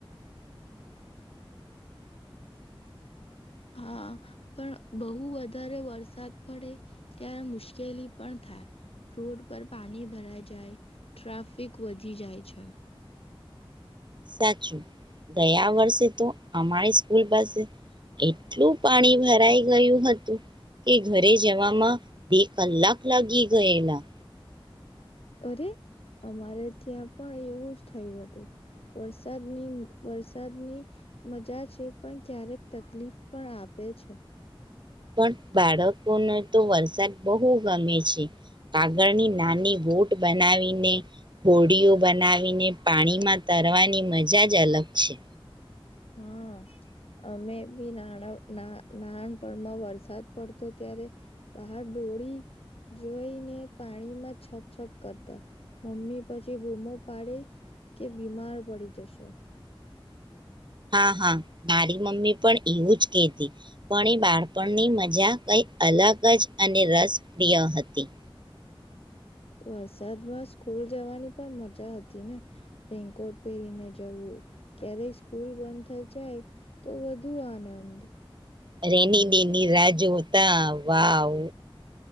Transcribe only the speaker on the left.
હા પણ બહુ વધારે વરસાદ પડે ત્યારે મુશ્કેલી પણ થાય, રોડ પર પાણી ભરાઈ જાય, ટ્રાફિક વધી જાય છે.
અરે અમારે ત્યાં પણ એવું જ થયું હતું વરસાદની વરસાદની મજા છે પણ ક્યારેક તકલીફ પણ આપે છે.
હા અમે બી નાણા ના નાણપણમાં વરસાદ પડતો ત્યારે બહાર ડોળી જોઈને પાણીમાં છપ છપ કરતા મમ્મી પછી બૂમો પાડે કે બીમાર પડી જશો.
વરસાદમાં સ્કૂલ જવાની પણ મજા હતી ને રેનકોટ પહેરીને જવું ક્યારેય સ્કૂલ બંધ થઇ જાય તો વધુ આનંદ.